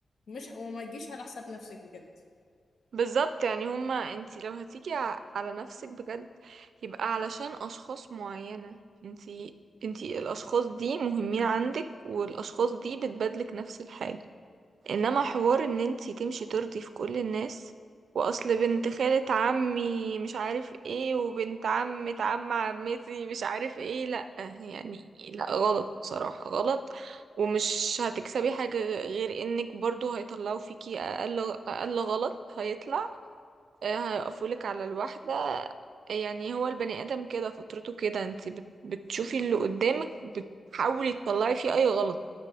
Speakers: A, on the left; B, on the right.
A: مش وما تجيش على حساب نفسك بجد
B: بالظبط يعني هما انتي لو هتيجي ع- على نفسك بجد يبقى علشان اشخاص معينة انتي انتي الاشخاص دي مهمين عندك والاشخاص دي بتبادلك نفس الحاجة انما حوار ان انتي تمشي ترضي في كل الناس واصل بنت خالة عمي مش عارف ايه وبنت عمة عم عمتي مش عارف ايه لا يعني لا غلط بصراحة غلط ومش هتكسبي حاجة غير انك برضو هيطلعوا فيكي اقل اقل غلط هيطلع آه، هيقفولك على الواحدة يعني هو البني ادم كده فطرته كده انت بت- بتشوفي اللي قدامك بتحاولي تطلعي فيه اي غلط